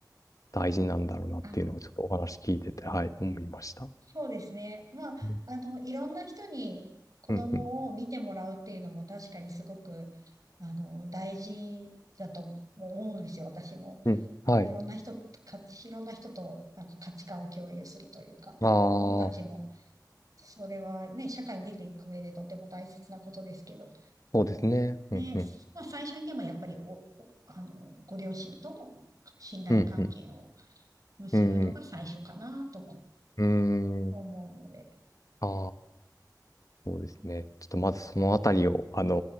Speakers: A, on the left (about 50°); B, on the right (about 55°).
A: 大事なんだろうなっていうのをちょっとお話聞いてて、
B: あ、
A: はい、思いました。
B: そうですね。まあ、
A: うん、
B: あの、いろんな人に子供を見てもらうっていうのも確かにすごく、
A: うん、うん。
B: あの、大事だと思うんですよ、私も。
A: うんはい。
B: いろんな人と、かいろんな人となんか価値観を共有するというか、
A: あ
B: 子供たちも、
A: あ、
B: それはね、社会に出ていく上でとても大切なことですけど、
A: そうですね。
B: ね、
A: うん、うん、
B: まあ最初にでもやっぱりお、おあの、ご両親との信頼関係を
A: うん、うん。
B: 結ぶのが最初かなとも
A: うん、うー
B: 思うので、
A: ん。ああ、そうですね。ちょっとまずそのあたりを、あの